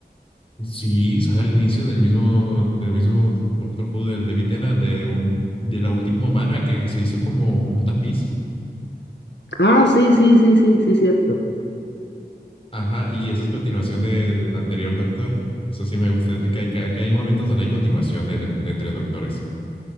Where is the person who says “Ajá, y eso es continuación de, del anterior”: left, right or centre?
Left